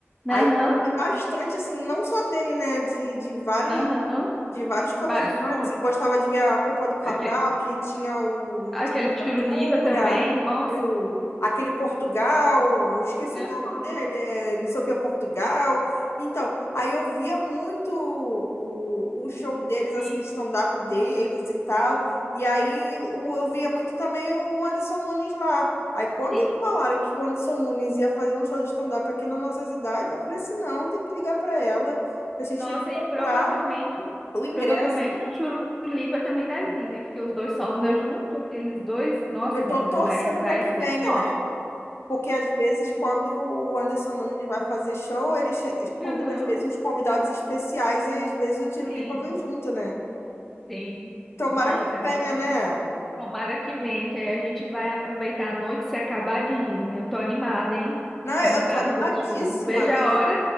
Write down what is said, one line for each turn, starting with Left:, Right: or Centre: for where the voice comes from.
Left: Aí,
Centre: aham,
Left: é bastante, assim, não só dele, né? De, de vários
Centre: aham.
Left: de vários comediantes.
Centre: Vários humores.
Left: Eu gostava de ver a Copa do Cabral,
Centre: Aquele,
Left: que tinha o
Centre: aquele
Left: Última
Centre: tirulipa
Left: Aventura,
Centre: também, nossa.
Left: o, aquele Portugal, esqueci
Centre: Aham,
Left: até o nome dele, é, não sei o que é Portugal. Então, aí eu via muito o, o show deles, assim,
Centre: sim,
Left: de stand-up deles e tal. E aí o- eu via muito também o Anderson Nunes lá. Aí quando
Centre: sim.
Left: falaram que o Anderson Nunes ia fazer um show de stand-up aqui na nossa cidade, eu falei assim, não, tem que ligar para ela, que a gente
Centre: Nossa,
Left: tem que comprar.
Centre: e provavelmente,
Left: O ingresso,
Centre: provavelmente o tirulipa também deve vir, né? Porque os dois só andam junto, aqueles dois. Nossa,
Left: eu
Centre: menina,
Left: tô torcendo
Centre: mas vai
Left: para que
Centre: ser
Left: venha,
Centre: top.
Left: né? Porque às vezes, quando o Anderson Nunes vai fazer show, ele che- convida,
Centre: Aham.
Left: às vezes, uns convidados especiais e às vezes o Tirolipa
Centre: Sim.
Left: vem junto, né?
Centre: Sim.
Left: Tomara
Centre: Nossa,
Left: que
Centre: amiga,
Left: venha,
Centre: vai-
Left: né?
Centre: tomara que venha, que aí a gente vai aproveitar a noite e se acabar de rir, menina. Eu Tô animada, hein?
Left: Não,
Centre: Tô animada
Left: eu tô animadíssima.
Centre: pra esse show. Não Vejo a
Left: Eu,
Centre: hora.